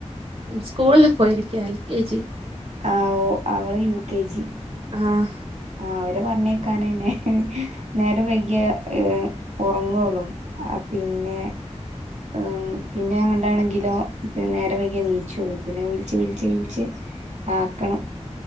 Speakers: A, on the right; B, on the right.
A: സ്കൂളില് പോയിരിക്ക എൽകെജി
B: ആ ഓ അവള് യുകെജി
A: ആഹ്
B: അവരെ പർഞ്ഞയ്ക്കാനന്നെ ഹ് നേരം വെയ്ക്യ ഏ ഒറങ്ങോള്ളൂ ആ പിന്നെ ആ പിന്നെ ആണ്ടാണെങ്കിലോ നേരം വെയ്ക്യേ നീച്ചോളു പിന്നെ വിള്ച്ച് വിള്ച്ച് വിള്ച്ച് ആക്കണം